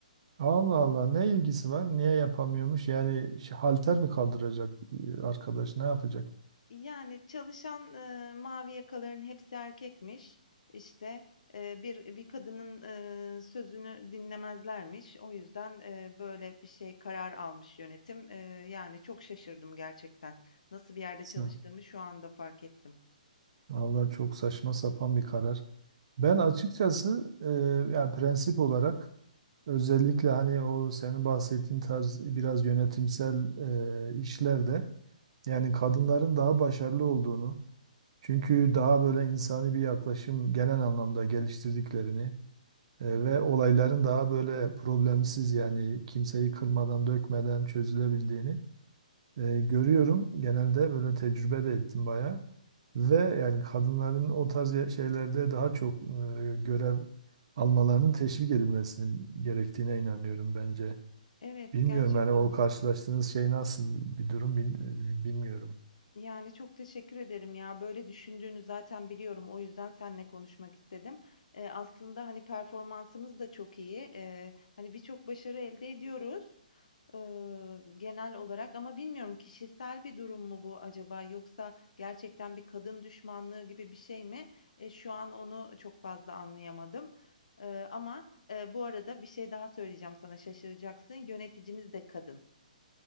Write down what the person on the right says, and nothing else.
Allah Allah, ne ilgisi var? Niye yapamıyormuş? Yani şey, halter mi kaldıracak e, arkadaş, ne yapacak?
Sa-
Vallahi çok saçma sapan bir karar. Ben açıkçası e, yani prensip olarak Özellikle hani o senin bahsettiğin tarz biraz yönetimsel e, işlerde yani kadınların daha başarılı olduğunu çünkü daha böyle insani bir yaklaşım genel anlamda geliştirdiklerini e,
ve olayların daha böyle problemsiz yani kimseyi kırmadan dökmeden çözülebildiğini e, görüyorum. Genelde böyle tecrübe de ettim bayağı ve yani kadınların o tarz ya- şeylerde daha çok e, görev almalarının teşvik edilmesini gerektiğine inanıyorum bence.
Bilmiyorum
yani o karşılaştığınız şey nasıl bir durum bil- bilmiyorum.